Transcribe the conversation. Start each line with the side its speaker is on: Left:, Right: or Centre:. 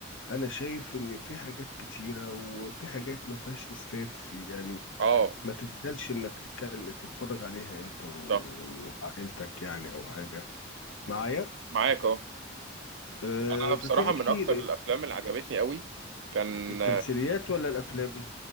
Left: انا شايف ان في حاجات كتيرة وفي حاجات ما فيهاش اسفاف يعني
Right: اه
Left: ما تتقالش انك تتك- تتفرج عليها انت و-
Right: صح
Left: وعائلتك يعني او حاجة معايا
Right: معاك اه
Left: أه
Right: انا
Left: ففي
Right: بصراحه من
Left: كتير
Right: اكتر الافلام اللي عجبتني قوي كان
Left: التمثيليات ولا الافلام